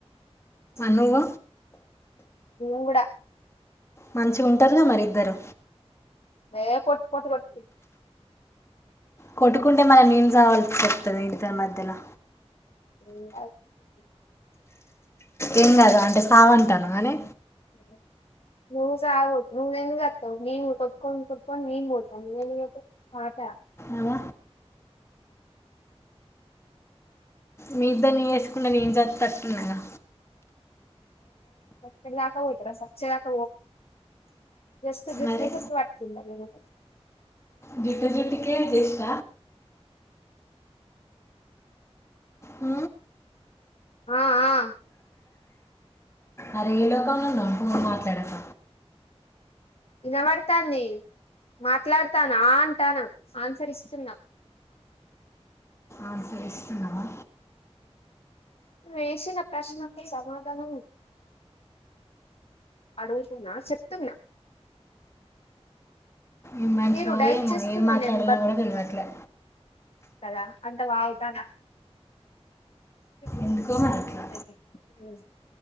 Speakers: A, on the left; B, on the left.
A: మవు
B: ఇవన్ కూడా
A: మంచి ఉంటారుగా మరిద్దరు
B: నే కొట్ కొట్ కొట్
A: కొట్టుకుంటే మన నీళ్ళ సావాల్సి చెప్తుంది ఇంటితర మధ్యలో
B: <unintelligible>
A: ఏం కాదు అంటే సావంటాను కానీ
B: అ నుూజ నుూజ ఎందు జతవు నీ కుట్కొ కుప్పుక నీ పోతా పాత
A: అమ మీ ఇద్దరు నీ వేసుకుంటన్నా నేను చేత తట్టున్నాగా
B: ప దాకవ తర సాక్షే దాక వస్త గట్టద
A: మరి
B: వాట్తుందింద
A: జుట్ట జుటికే చేష్ట అ
B: ఆ ఆ
A: అరే ఏ లోకంలో ఉన్నవ్ ఫోన్ మాట్లాడక
B: నినబడతాంది మాట్లాడతాను ఆ అంటన ఆన్సర్ ఇస్తున్నా
A: ఆన్సర్ ఇస్తున్నావా
B: వేసిన ప్రశ్నకి సమాధానం అడుగుతున్నా చెప్తున్నా
A: ఏ మనుషో
B: మీరు డైల్
A: ఏమో
B: చేస్తున్న
A: ఏం మాట్లాడాలో
B: నెంబర్
A: కూడా తెలవట్లే
B: కదా అట్ట వాగుతన కు ఉ
A: ఎందుకో మరి అట్లా
B: <unintelligible>